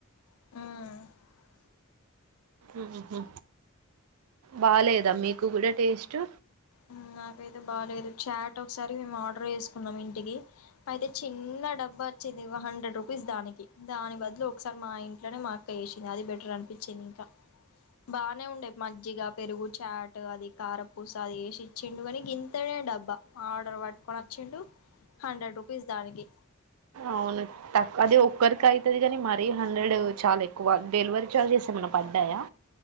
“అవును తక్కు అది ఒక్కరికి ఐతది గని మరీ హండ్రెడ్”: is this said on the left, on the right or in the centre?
Right